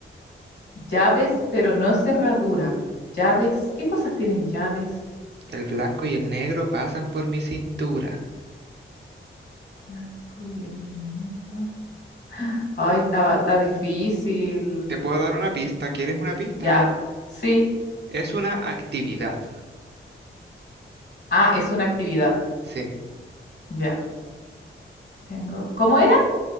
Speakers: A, on the left (about 55°); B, on the right (about 55°).
A: Llaves, pero no cerradura. Llaves, ¿qué cosas tienen llaves?
B: El blanco y el negro pasan por mi cintura.
A: Blanco y el negro. Ay, está, está difícil.
B: ¿Te puedo dar una pista? ¿Quieres una pista?
A: Ya. Sí.
B: Es una actividad.
A: Ah, es una actividad.
B: Sí.
A: Ya. Tengo. ¿Cómo era?